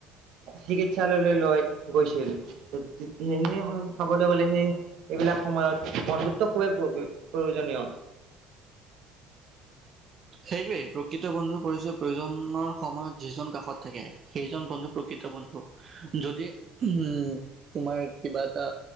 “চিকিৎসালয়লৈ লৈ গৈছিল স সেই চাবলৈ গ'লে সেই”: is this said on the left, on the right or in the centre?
Right